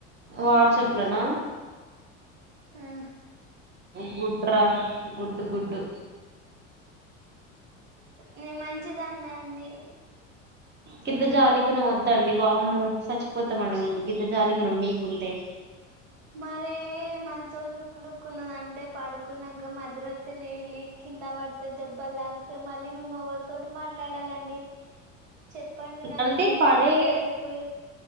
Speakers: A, on the right; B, on the right.
A: వాట్సాప్
B: ఆ
A: లనా
B: హా
A: గుడ్రా గుడ్డు గుడ్డు
B: నే మంచిదాన్నే అండి
A: కింద జాలి గుణం వద్దండి వామ్మో చచ్చిపోతామండి మేము కింద జాలిగుణం మీకుంటే
B: మరే మంచం లుక్ లుక్ ఉన్నదంటే పడుకున్నాక మధ్రాత్ర రలికి కింద పడితే దెబ్బలు తాగితే మళ్ళీ మేము ఎవరితోటి మాట్లాడాలండి. చెప్పండి నాకింత
A: అంటే పడే
B: క్లోజ్ అయిపోయి.